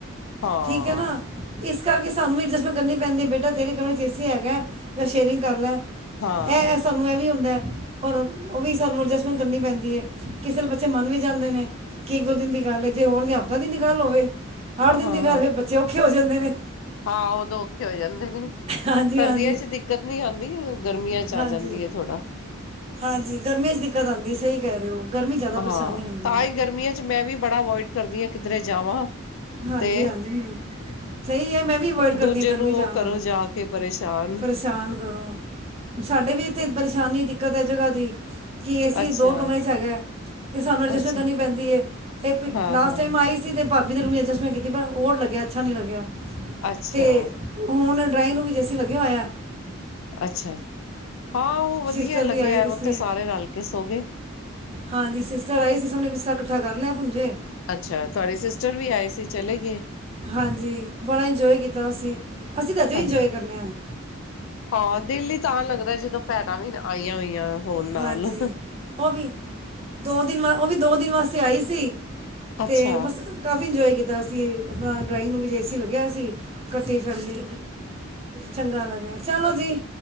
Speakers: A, on the left (about 70°); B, on the right (about 30°).
A: ਹਾਂ
B: ਠੀਕ ਹੈ ਨਾ ਇਸ ਇਸ ਕਰਕੇ ਸਾਨੂੰ ਵੀ ਅਡਜਸਟਮੈਂਟ ਕਰਨੀ ਪੈਂਦੀ ਹੈ, ਬੇਟਾ ਤੇਰੇ ਕਮਰੇ 'ਚ ਏ ਸੀ ਹੈਗਾ ਜਾਂ ਸ਼ੇਅਰਿੰਗ ਕਰ ਲੈ।
A: ਹਾਂ
B: ਇਹ ਸਾਨੂੰ ਇਹ ਵੀ ਹੁੰਦਾ। ਔਰ ਉਹ ਵੀ ਸਾਨੂੰ ਅਡਜਸਟਮੈਂਟ ਕਰਨੀ ਪੈਂਦੀ ਹੈ, ਕਿਸੇ ਬੱਚੇ ਮੰਨ ਵੀ ਜਾਂਦੇ ਨੇ, ਕਿ ਇੱਕ ਦੋ ਦਿਨ ਦੀ ਗੱਲ ਗੱਲ ਏ ਜੇ ਹੋਰ ਦੀ ਹਫ਼ਤਾ ਦਿਨ ਦੀ ਗੱਲ ਹੋਵੇ, ਆੱਠ ਦਿਨ
A: ਹਾਂ
B: ਦੀ ਗੱਲ ਹੋ, ਬੱਚੇ ਔਖੇ ਹੋ ਜਾਂਦੇ ਨੇ।
A: ਹਾਂ ਉਦੋਂ ਔਖੇ ਹੋ ਜਾਂਦੇ ਨੇ,
B: ਹਾਂਜੀ
A: ਸਰਦੀਆਂ
B: ਹਾਂਜੀ
A: 'ਚ ਦਿੱਕਤ ਨੀ ਆਦੀ, ਗਰਮੀਆਂ 'ਚ ਚਾਹ
B: ਹਾਂਜੀ
A: ਆ ਜਾਂਦੀ ਹੈ ਥੋੜਾ
B: ਹਾਂਜੀ ਗਰਮੀਆਂ ਚ ਦਿੱਕਤ ਆਂਦੀ ਏ, ਸਹੀ ਕਹਿ ਰਹੇ ਹੋ। ਗਰਮੀ ਜ਼ਿਆਦਾ ਪਰੇਸ਼ਾਨੀ
A: ਹਾਂ
B: ਆਉਂਦੀ
A: ਤਾਂ
B: ਹੈ
A: ਹੀ ਗਰਮੀਆਂ 'ਚ ਮੈਂ ਵੀ ਬੜਾ ਅਵੋਇਡ ਕਰਦੀ ਹਾਂ, ਕਿੱਧਰੇ ਜਾਵਾਂ।
B: ਹਾਂਜੀ-ਹਾਂਜੀ
A: ਤੇ
B: ਸਹੀ ਹੈ ਮੈਂ ਵੀ ਅਵੋਇਡ ਕਰਦੀ
A: ਦੂਜੇ
B: ਹਾਂ ਗਰਮੀ
A: ਨੂੰ
B: ਜਾਣਾ।
A: ਉਹ ਕਰੋ ਜਾ ਕੇ ਪਰੇਸ਼ਾਨ
B: ਪਰੇਸ਼ਾਨ ਕਰੋ ਸਾਡੇ ਵੀ ਇੱਥੇ ਪਰੇਸ਼ਾਨੀ ਦਿੱਕਤ ਹੈ ਜਗ੍ਹਾ ਦੀ। ਕਿ ਅ ਏ ਸੀ
A: ਅੱਛਾ
B: ਦੋ ਕਮਰੇ 'ਚ ਹੈਗਾ। ਤੇ ਸਾਨੂੰ ਅਡਜਸਟਮੈਂਟ
A: ਅੱਛਾ
B: ਕਰਨੀ ਪੈਂਦੀ ਏ, ਇਹ
A: ਹਾਂ
B: ਲਾਸਟ
A: ਹਾਂ
B: ਟਾਈਮ ਆਈ ਸੀ ਤੇ ਭਾਬੀ ਦੇ ਰੂਮ ਵਿੱਚ ਐਡਜਸਟਮੈਂਟ ਕੀਤੀ, ਪਰ ਓੜ ਲੱਗਿਆ ਅੱਛਾ ਨਹੀਂ ਲੱਗਿਆ,
A: ਅੱਛਾ
B: ਤੇ ਹੁਣ ਡਰਾਇੰਗ ਨੂੰ ਵੀ ਏ ਸੀ ਲੱਗਿਆ ਹੋਇਆ ਏ।
A: ਅੱਛਾ ਜੀ, ਹਾਂ ਉਹ ਵਧੀਆ
B: ਸਿਸਟਰ
A: ਲੱਗਿਆ
B: ਵੀ ਆਈ ਦੀ ਸੀ
A: ਉੱਥੇ ਸਾਰੇ ਰਲ ਕੇ ਸੋ ਗਏ।
B: ਹਾਂਜੀ ਸਿਸਟਰ ਆਏ ਸੀ, ਸਭ ਨੇਂ ਬਿਸਤਰ੍ਹਾਂ ਇਕੱਠਾ ਕਰ ਲਿਆ ਪੂੰਜੇ।
A: ਅੱਛਾ, ਤੁਹਾਡੇ ਸਿਸਟਰ ਵੀ ਆਏ ਸੀ ਚਲੇ ਗਏ।
B: ਹਾਂਜੀ ਬੜਾ ਇੰਜੋਏ ਕੀਤਾ ਅਸੀਂ, ਅਸੀਂ ਤਾਂ ਅਜੇ ਵੀ
A: ਅੱਛਾ
B: ਇੰਜੋਏ ਕਰਨੇ ਆਂ।
A: ਹਾਂ, ਦਿਲ ਹੀ ਤਾਂ ਲੱਗਦਾ ਜਦੋਂ ਭੈਣਾਂ ਵੀ ਆਈਆਂ ਹੋਈਆਂ। ਹੋਣ
B: ਹਾਂਜੀ
A: ਨਾਲ
B: ਉਹ ਵੀ ਦੋ ਦਿਨਾ, ਉਹ ਵੀ ਦੋ ਦਿਨ ਵਾਸਤੇ ਆਈ ਸੀ।
A: ਅੱਛਾ
B: ਤੇ ਬਸ ਕਾਫੀ ਇੰਜੋਏ ਕਿਦਾ ਅਸੀ ਆਪਣਾ ਡਰਾਇੰਗ ਰੂਮ 'ਚ ਏ ਸੀ ਲੱਗਿਆ ਸੀ, ਇਕੱਠੀ ਫੈਮਿਲੀ ਚੰਗਾ ਲੱਗਿਆ, ਚਲੋ ਜੀ,